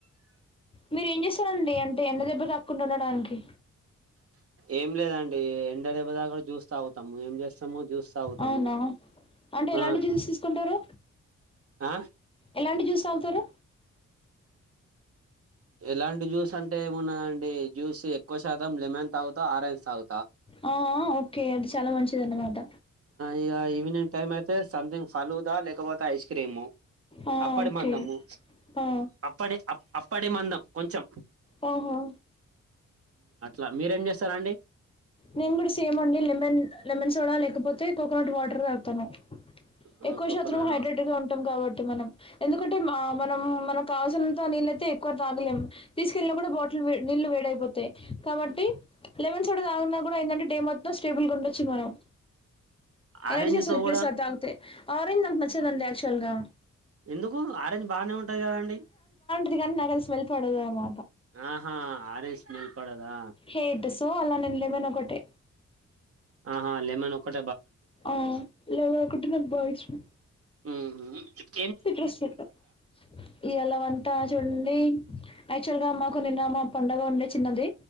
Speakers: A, on the left (about 20°); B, on the right (about 50°).
A: మీరు ఏం చేస్తారండి అంటే ఎండ దెబ్బ తక్కుంటుండడానికి
B: ఏం లేదన్ డే ఎండ దెబ్బ దాకా జ్యూస్ తాగుతాము ఏం చేస్తాము జ్యూస్ తాగుతాము.
A: అవునా అంటే ఎలాంటి
B: ఆ
A: జ్యూసెస్ తీసుకుంటారు?
B: ఆ
A: ఎలాంటి జ్యూస్ తాగుతారు
B: ఎలాంటి జ్యూస్ అంటే ఏమున్నాదండి జ్యూస్ ఎక్కువ శాతం లెమన్ తాగుతా ఆరెంజ్ తాగుతా
A: ఆ ఓకే అది చాలా మంచిది అన్నమాట
B: ఇగ ఈవెనింగ్ టైమైతే సమ్థింగ్ ఫలుడా లేకపోతే ఐస్ క్రీము
A: ఆ
B: అప్పడి
A: ఓకే
B: మందము
A: ఆ
B: అప్పడి అ అప్పడి మందం కొంచం.
A: ఓహో
B: ల మీరు ఏం చేస్తారా అండి?
A: నేను కూడా సేమ్ అండి లెమన్ లెమన్ సోడా లేకపోతే కోకోనట్ వాటర్ తగుతాను.
B: ఆ,
A: ఎక్కువ
B: కోకోనట్
A: శాత్రం హైడ్రేట్గా
B: వా-
A: ఉంటాం కాబట్టి మనం ఎందుకంటే మా మనం మనక్ కావల్సనంత నీళ్ళైతే ఎక్కువ తాగలేం. తీస్కెళ్ళిన కూడా బాటిల్ వే నీళ్ళు వేడైపోతాయి కాబట్టి లెవెన్ సోడా దాగున్నా గుడా ఏంటంటే డే మొత్తం స్టేబుల్గా ఉండొచ్చు మనం.
B: ఆరెంజ్
A: ఎనర్జీ వస్తద్
B: తో
A: ప్లస్
B: కూడా
A: అద్ తాగుతే ఆరెంజ్ నాక్ నచ్చదండి ఆక్చువల్గా
B: ఎందుకు ఆరెంజ్ బానే ఉంటది కదా అండి.
A: <inaudible> నాక్ అద్ స్మెల్ పడద్ ఏమో
B: ఆహా ఆరే స్మెల్ పడదా
A: హేట్ సో అలా నేను లెమన్ ఒకటే
B: ఆహా లేమన్ ఒకట్
A: ఆ లెమన్ ఒకటే నాక్ బాగిష్టం.
B: మ్
A: సిట్రస్ <inaudible> ఇయాల వంటా చుడంన్డీ యాక్చువల్గా మాకు నిన్న మా పండగా ఉండే చిన్నది.